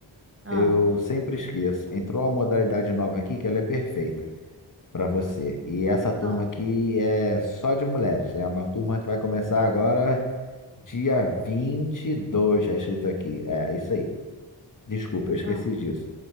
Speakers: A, on the right (about 30°); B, on the left (about 45°).
A: Ah,
B: Eu sempre esqueço. Entrou uma modalidade nova aqui que ela é perfeita para você. E essa turma
A: ah,
B: aqui é só de mulheres, né? é uma turma que vai começar agora dia vinte e dois está escrito aqui. É, isso aí. Desculpa, eu esqueci
A: ah.
B: disso.